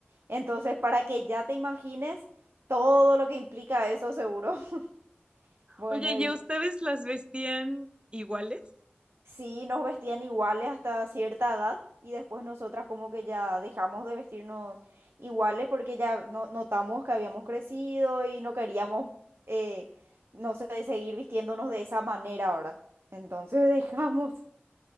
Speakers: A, on the right; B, on the right.
A: Entonces, para que ya te imagines todo lo que implica eso, seguro. <laughs> Bueno,
B: Oye, ¿y
A: y
B: a ustedes las vestían iguales?
A: Sí, nos vestían iguales hasta cierta edad y después nosotras como que ya dejamos de vestirnos iguales porque ya no- notamos que habíamos crecido y no queríamos, eh, no sé, seguir vistiéndonos de esa manera ahora. Entonces dejamos,